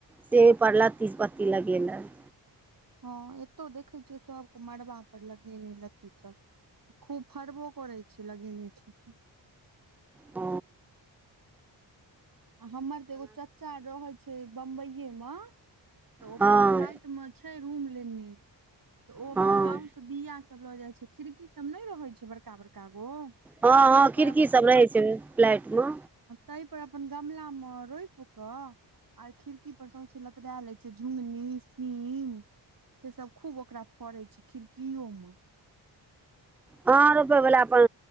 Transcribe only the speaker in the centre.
से पर लती पत्ती लगेलक
अ
हँ
हँ
ह
ह
खिड़की सब रहै छैन फ्लैट म
ह रोपै वला अपन